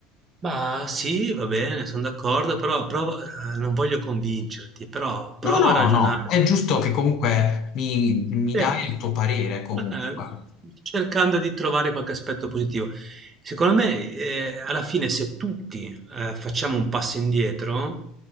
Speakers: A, on the right; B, on the left.
A: Ma sì, va bene, sono d'accordo, però prova- eh, non voglio convincerti, però prova
B: No, no,
A: a ragionare.
B: no, è giusto che comunque mi, mi
A: Eh,
B: dai il tuo parere comunque.
A: eh, cercando di trovare qualche aspetto positivo. Secondo me, eh, alla fine, se tutti, eh, facciamo un passo indietro,